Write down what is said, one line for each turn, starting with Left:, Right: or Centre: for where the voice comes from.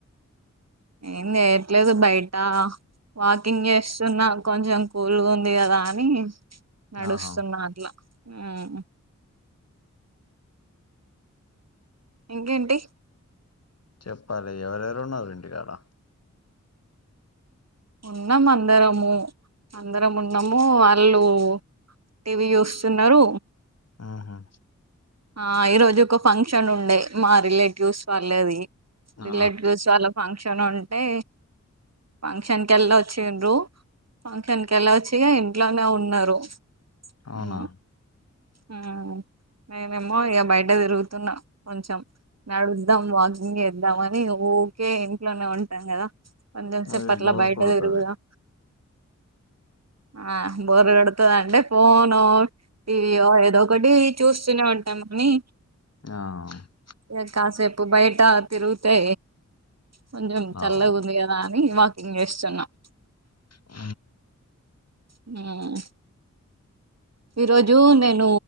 Right: ఏం జేయట్లేదు బయట వాకింగ్ చేస్తున్నా, కొంచెం కూల్గా ఉంది గదా అని. నడుస్తున్నా
Left: ఆహా
Right: అట్ల ఊ ఇంకేంటి
Left: చెప్పాలి ఎవరెవరు ఉన్నారు ఇంటి కాడ
Right: ఉన్నాము అందరము అందరం ఉన్నాము వాళ్ళు టీవి చూస్తున్నారు
Left: ఆహా
Right: ఆ ఈ రోజు ఒక ఫంక్షన్ ఉండే మా రిలేటివ్స్ వాళ్ళది రిలేటివ్స్
Left: ఆ
Right: వాళ్ళ ఫంక్షన్ ఉంటే ఫంక్షన్ కి వెళ్ళి వచ్చిండ్రు ఫంక్షన్ కెళ్ళ వచ్చిగా ఇంట్లోనే ఉన్నారు.
Left: అవునా
Right: ఊ హా నేనేమో ఇగ బయట తిరుగుతున్నా కొంచెం నడుద్దాం వాకింగ్ చేేద్దాం అని ఊకే ఇంట్లోనే ఉంటాం కదా కొంచెం సేపు
Left: అది
Right: అట్లా
Left: బోర్
Right: బయటదిరుగుదా
Left: కొడుతది
Right: ఆ బోర్ కొడుతది అంటే ఫోన్ టీవీయో ఏదో ఒకటి చూస్త తునే ఉంటాం అని
Left: ఆ
Right: ఇగ కాసేపు బయట తిరుగుతే కొంచెం చల్లగుంది
Left: అవు
Right: గద అని వాకింగ్ చేస్తున్నాం
Left: ఊ
Right: ఊ ఈ రోజు నేను